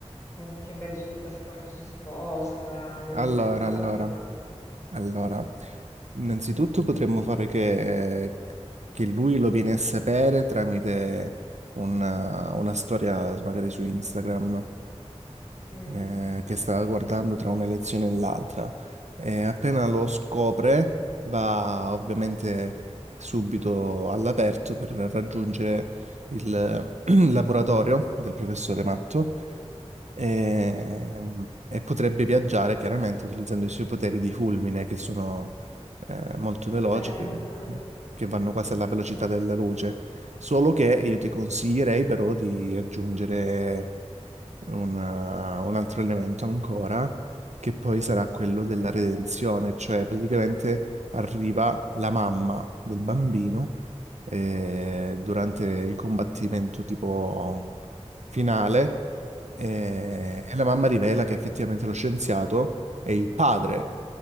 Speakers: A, on the left; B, on the right.
A: con che mezzo di trasporto si sposta, non-
B: Allora,
A: quella
B: allora,
A: parte mi manca.
B: allora, innanzitutto potremmo fare che, che lui lo viene a sapere tramite una, una storia magari su Instagram
A: Mm,
B: eh, che stava guardando tra un'elezione e l'altra. E appena lo scopre va ovviamente subito all'aperto per raggiungere il <clears throat> laboratorio del professore Matto
A: Certo.
B: e, e potrebbe viaggiare chiaramente utilizzando i suoi poteri di fulmine che sono eh, molto veloci,
A: Beh, hai
B: che,
A: ragione.
B: che vanno quasi alla velocità
A: mm.
B: della luce. Solo che io ti consiglierei però di aggiungere un, eh, un altro elemento ancora, che poi sarà quello
A: Ok.
B: della redenzione, cioè praticamente arriva la mamma del bambino eh, durante il combattimento tipo finale eh, e la mamma rivela che effettivamente lo scienziato è il padre